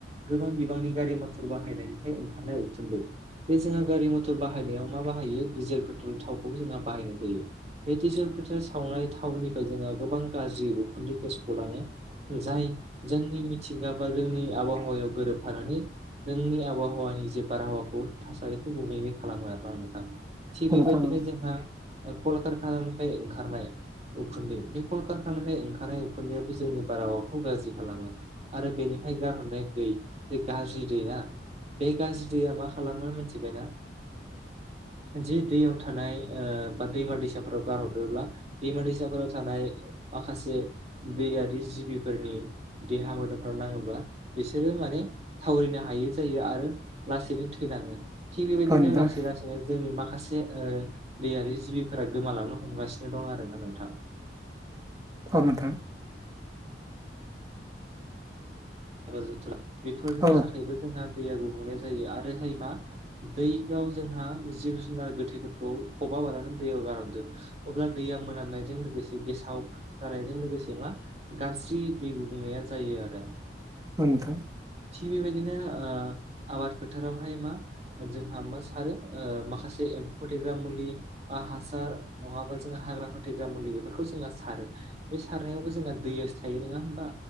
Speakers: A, on the right; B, on the right.
A: गोबां बिबांनि गारि मथर बाहायनायनिफ्राय ओंखारनाय उखुनदै बेे जोंहा गारि मथर बाहायनायाव मा बाहायो डिजेल पेट्रल थावखौ जोंहा बाहायनाय जायो। बे दिजल पेट्रल सावनाय थावनिफ्राय जोंङो गोबां गाज्रि उखुन्दै गेस गलांङो। जाय जोंनि मिथिंगा बा जोंनि आबहावायाव गोरोबफानानै जोंनि आबहावानि जे बारहावाखौ थासारिखौ गुबुंले खालामो आरो ना नोंथां।
B: औ
A: थिग बेबायदिनो जोंहा कलकारखानानिफ्राय ओंखारनाय उखुन्दै बे कलकारखानानिफ्राय ओंखारनाय उखुन्दैयाबो जोंनि बारहावाखौ गाज्रि खालामो। आरो बेनिफ्राय गारहरनाय दै बे गाज्रि दैया बे गाज्रि दैया मा खालामो मिथिबायना? जि दैयाव थानाय ओ बा दैमा दैसाफोराव गारहरदोंब्ला दैमा दैसाफोराव थानाय माखासे दैयारि जिबिफोरनि देहा मोदोमफोराव नांङोब्ला बिसोरो माने थावरिनो हायै जायो आरो लासैनो थैलाङो थिग बेबायदिनो
B: औ नोंथां
A: लासै लासैनो जोंनि माखा खासे दैयारि जिबिफोरा गोमालांनो हमगासिनो दं आरोना नोंथां।
B: औ नोंथां
A: <unintelligible> बेफोरनि
B: औ
A: थाखायबो जोंहा दैया गुबुंनाय जायो आरोहाय मा दैयाव जोंहा जिब जुनार गोथैफोरखौ फबाबालानो दैयाव गारहनदों अब्ला दैैया मोनाम नायजों लोगोसे गेसाव जानायजों लोगोसे मा गाज्रि दै गुबुंनाया जायो आरो।
B: औ नोंथां
A: थिग बेबायदिनो ओ आबाद फोथारावहाय मा जोंहा मा सारो ओ माखासे एम्फौ फोथैग्रा मुलि बा हासार नङाबा जोङो हाग्रा फोथैग्रा मुलि बेफोरखौ जोङो सारो। बे सारनायावबो जोंया दैयासो थायो नङा होमबा